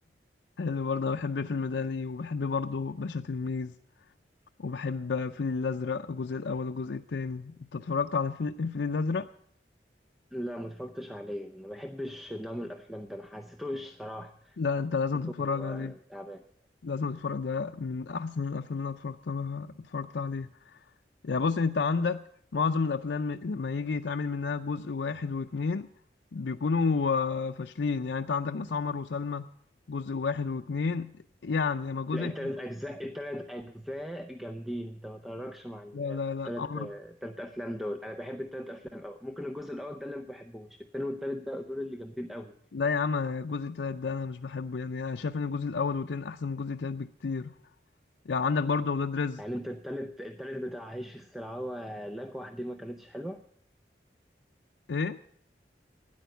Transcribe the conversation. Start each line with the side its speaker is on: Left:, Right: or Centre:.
Left: حلو برضه أنا بحب فيلم دالي وبحب برضه باشا تلميذ وبحب الفيل الأزرق الجزء الأول والجزء التاني أنت اتفرجت على الفيل الفيل الأزرق؟
Centre: لا ما اتفرجتش عليه ما بحبش نوع من الافلام ده ما حسيتوش صراحه
Left: لا أنت لازم
Centre: حسيته
Left: تتفرج عليه
Centre: آه، تعبان
Left: لازم تتفرج ده من أحسن الأفلام اللي أنا اتفرجت اتفرجت عليها يعني بص انت عندك معظم الافلام لما يجي يتعمل منها جزء واحد واتنين بيكونوا آه، فاشلين يعني انت عندك مثلا عمر وسلمى جزء واحد واتنين يعني اما الجزء
Centre: لا التلات
Left: الت-
Centre: اجزاء التلات اجزاء جامدين انت ما تتفرجش مع ال-
Left: لا لا
Centre: مع التلات
Left: لا عمر
Centre: آه، التلات افلام دول انا بحب التلات افلام قوي ممكن الجزء الاول ده اللي ما بحبوش التاني والتالت بقى دول اللي جامدين قوي
Left: لا يا عم الجزء التالت ده انا مش بحبه يعني انا شايف ان الجزء الاول والتاني احسن من الجزء التالت بكتير يعني عندك برضه اولاد رزق
Centre: يعني انت التالت التالت بتاع هش السلعوه لكوح دي ما كانتش حلوه
Left: ايه